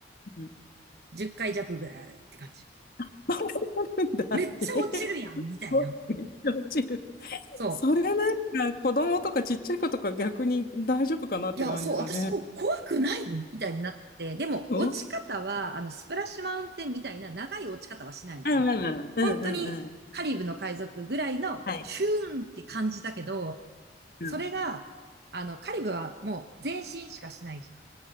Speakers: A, on the left (about 55°); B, on the right (about 65°).
A: うん。
B: 10回弱ぐらいあるって感じ。
A: <laughs> そんなことあるんだ。
B: めっちゃ落ちるやんみたいな。
A: えーめっちゃ落ちる。
B: そう。
A: それなんか、子供とかちっちゃい子とか逆に大丈夫かなって感じだね。
B: いや、そう、私も怖くないのみたいになって、でも落ち方は、
A: うん。
B: あの、スプラッシュマウンテンみたいな長い落ち方はしないのね。
A: あ、まあまあまあ。うんうんうん。
B: 本当にカリブの海賊ぐらいのシューンって感じだけど、
A: はい。うん。
B: それが、あの、カリブはもう前進しかしないじゃ